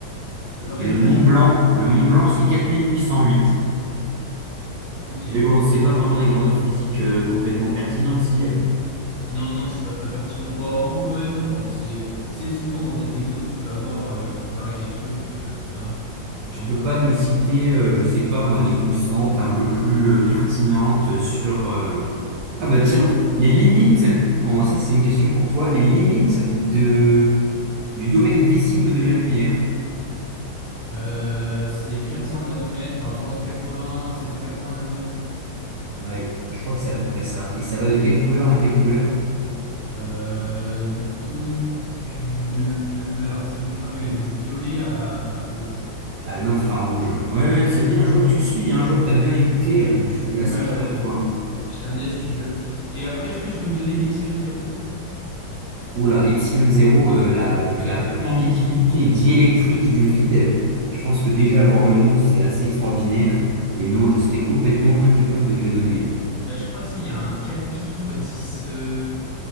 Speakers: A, on the left; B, on the right.
A: Euh, re-
B: Et le Mont
A: Redis?
B: Blanc, le Mont Blanc, c'est 4808.
A: Ok.
B: Mais bon, c'est pas vraiment des grandeurs physiques euh, complètement pertinentes, si.
A: Non, non, c'est pas très pertinent. Bon, un peu quand même, genre, c'est, tu sais, souvent dans des exos, tu peux avoir euh, à comparer des trucs euh, comme ça.
B: Tu
A: Non?
B: peux pas nous citer, euh, je sais pas moi, des constantes un peu plus euh, pertinentes sur... euh, Ah bah
A: Euh,
B: tiens, les limites, en... ça c'est une question pour toi, les limites de... du domaine visible de la lumière.
A: euh, c'est 400 nanomètres, enfin trois cent cent quatre-vingt sept quatre 780 nanomètres.
B: Ouais, je crois que c'est à peu près ça. Et ça va de quelle couleur à quelle couleur?
A: Euh, du coup, du, de, de- alors c'est l'ultraviolet, donc du violet à, au rouge.
B: À l'infrarouge. Ouais, ouais, c'est bien, je vois que tu suis, hein, je vois que t'as bien écouté, euh, je suis
A: Ouais,
B: assez fier
A: ouais, ouais.
B: de toi.
A: J'étais un élève studieux. Et après, est-ce que tu peux me donner epsilon zéro
B: Oula, epsilon zéro, euh, la, donc
A: La
B: la
A: permittivité
B: permittivité
A: du vide?
B: diélectrique du vide. Je pense que déjà avoir le nom, c'est assez extraordinaire. Et non, je serais complètement incapable de te la donner.
A: Bah, je crois, tu sais, il y a un quatre pi fois dix euh,